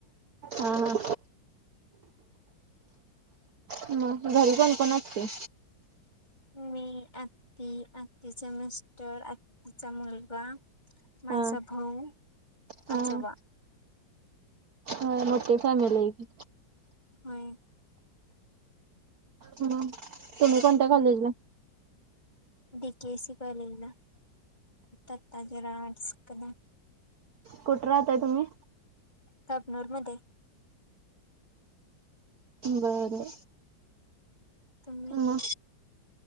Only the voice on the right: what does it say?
हा हा म घरी कोण कोण असतय?
हा
हा
<unintelligible> मोठी फॅमिलीय की
ह तुम्ही कोणत्या
कॉलेजलाय?
कुठं राहताय तुम्ही?
बरं.
ह